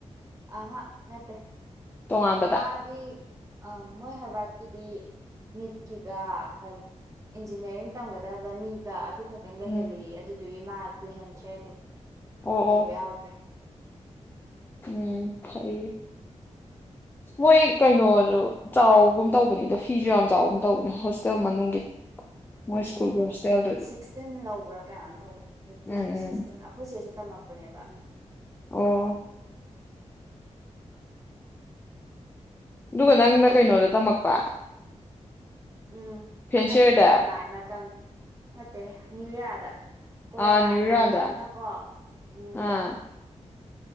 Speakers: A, on the right (about 25°); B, on the left (about 15°).
A: ꯑꯍꯥ ꯅꯠꯇꯦ
B: ꯇꯣꯉꯥꯟꯕꯗ
A: ꯃꯥꯗꯤ ꯑꯧ ꯃꯣꯏ ꯍꯔꯕꯥꯠꯀꯤꯗꯤ ꯅꯤꯠꯀꯤꯒ ꯀꯔꯤ ꯏꯟꯖꯤꯅꯤꯌꯥꯔꯤꯡ ꯇꯝꯒꯗꯕ ꯃꯤꯒ ꯑꯗꯨ ꯈꯔ ꯊꯦꯡ ꯂꯩꯍꯦꯜꯂꯦꯌꯦ
B: ꯎꯝ
A: ꯑꯗꯨ ꯑꯗꯨꯒꯤ ꯃꯥꯁꯨ ꯂꯩꯍꯟꯗ꯭ꯔꯦ ꯑꯗꯨꯝ
B: ꯑꯣ
A: ꯆꯩꯕ
B: ꯑꯣ
A: ꯌꯥꯎꯗ꯭ꯔꯦ
B: ꯎꯝ ꯐꯩꯌꯦ ꯃꯣꯏ ꯀꯩꯅꯣꯁꯨ ꯆꯥꯎꯒꯨꯝ ꯇꯧꯕꯅꯤꯗ ꯐꯤꯁꯨ ꯌꯥꯝ ꯆꯥꯎꯒꯨꯝ ꯇꯧꯕꯅꯦ ꯍꯣꯁꯇꯦꯜ ꯃꯅꯨꯡꯒꯤꯗꯤ ꯃꯣꯏ ꯁ꯭ꯀꯨꯜꯒꯤ
A: ꯎꯝ
B: ꯍꯣꯁꯇꯦꯜꯗꯨꯗꯤ
A: ꯁꯤꯛꯁꯇꯤꯟ ꯂꯧꯕ꯭ꯔꯥ ꯀꯌꯥꯅꯣꯝ ꯇꯧ ꯑꯩꯠꯇꯤꯟꯜ
B: ꯎꯝ ꯎꯝ
A: ꯁꯤꯛꯁꯇꯤꯟ ꯑꯩꯈꯣꯏꯆꯦꯁꯨ ꯇꯝꯃꯛ ꯄꯅꯦꯕ
B: ꯑꯣ ꯑꯗꯨꯒ ꯅꯪꯅ ꯀꯩꯅꯣꯗ ꯇꯝꯃꯛꯄ
A: ꯎꯝ
B: ꯐꯦꯟꯁꯤꯌꯔꯗ
A: ꯑꯩꯗꯤ ꯀꯣꯔꯣꯅꯥꯥꯏ ꯃꯇꯝ ꯅꯠꯇꯦ ꯅ꯭ꯌꯨꯌꯥꯔ ꯗ ꯀꯣꯔꯣꯅꯥꯒꯤ
B: ꯑꯥ ꯅ꯭ꯌꯨꯔꯥꯗ
A: ꯃꯇꯝꯅꯤꯅꯀꯣ ꯎꯝ
B: ꯑꯥ